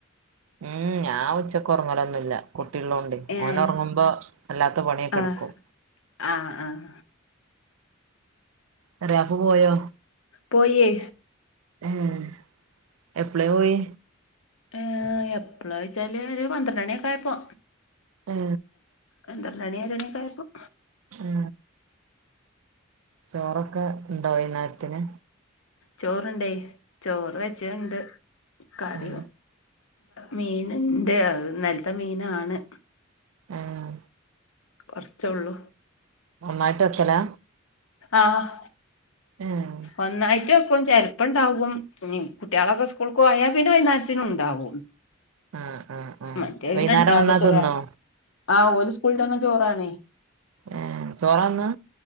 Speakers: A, on the right; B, on the left.
A: ഉം ഞാൻ ഉച്ചക്കുറങ്ങലൊന്നുമില്ല കുട്ടികള്ളോണ്ട്
B: ഏഹ്
A: ഓന ഉറങ്ങുമ്പോ അല്ലാത്ത പണിയൊക്കെ
B: ആഹ്
A: എടുക്കും
B: ആഹ് ആഹ്
A: ചെറിയാപ്പു പോയോ
B: പോയേ
A: ഉം എപ്പളേ പോയി
B: ഏ എപ്പളാ വെച്ചാല് ഒരു പന്ത്രണ്ട് മണിയൊക്കെ ആയപ്പോ
A: ഏ
B: പന്തത്രണ്ട്ണിയ ഓര്മണി യെക്കെ അയപ്പോം
A: ഏ ചോറൊക്കെ ഉണ്ടാവെയ്ന്നേരത്തിന്
B: ചോറ് ഇണ്ടെയ് ചോറ് വെച്ചെയ് ഇണ്ട് കാറിം
A: ഏ
B: മീനിണ്ട് ഇന്നൽത്തെ മീനാണ്.
A: ഏഹ്.
B: കുറച്ചുള്ളൂ.
A: ഒന്നായിട്ട് വെക്കലാ?
B: ആഹ്
A: ഏ
B: ഒന്നായിറ്റ് വെ ക്കും ചെലപ്പുണ്ടാാവും കുട്ട്യാളൊക്കെ സ്കൂൾക്ക് പോയാ പിന്നെ വൈകുന്നേരത്തിന് ഉണ്ടാവും.
A: ആഹ് ആഹ് ആഹ്
B: മറ്റേ
A: വൈന്നേരം
B: പിന്നെ ഇണ്ടാവില്ല
A: വന്നാ
B: ചെറ
A: തിന്നോ
B: ആഹ് ഓല് സ്കൂള് വിട്ട് വന്ന ചോറാണേ.
A: ഏഹ് ചോറാന്നാ